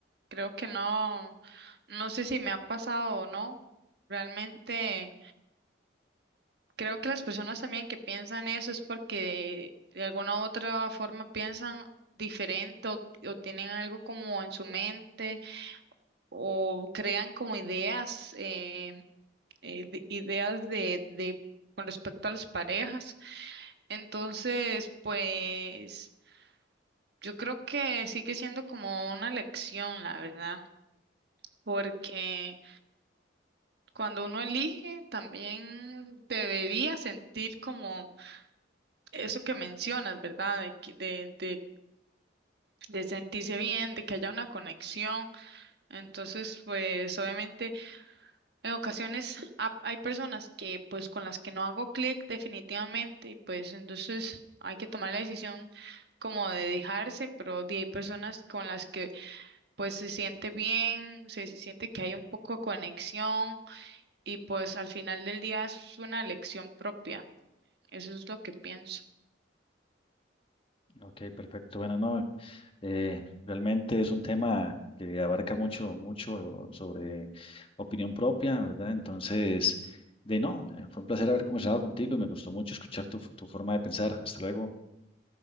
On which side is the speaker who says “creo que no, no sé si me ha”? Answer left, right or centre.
Right